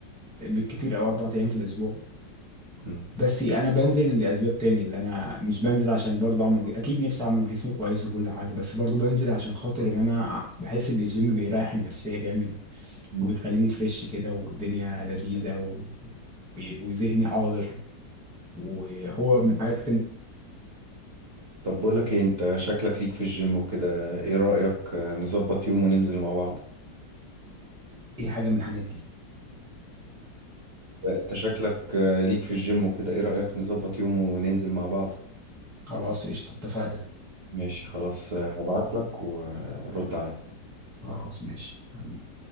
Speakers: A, in the centre; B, on the right.
A: بالكتير او اربع ايام في الاسبوع
B: مم.
A: بس انا بنزل لاسباب تاني اللي انا مش بنزل عشان برضه اعمل اكيد نفسي اعمل جسم كويس وكل حاجه بس برضه بنزل عشان خاطر ان انا بحس ان الجيم بيريح النفسيه جامد
B: مم.
A: وبيخليني فريش كده والدنيا لذيذه و... و... وذهني حاضر وهو من الحاجات
B: طب بقول لك ايه انت شكلك ليك في الجيم وكده ايه رأيك آه، نظبط يوم وننزل مع بعض
A: اي حاجه من الحاجات دي
B: انت شكلك آه، ليك في الجيم وكده ايه رأيك نظبط يوم وننزل مع بعض
A: خلاص قشطه اتفقنا
B: ماشي خلاص آه، هبعت لك ورد عليا
A: خلاص ماشي حبيبي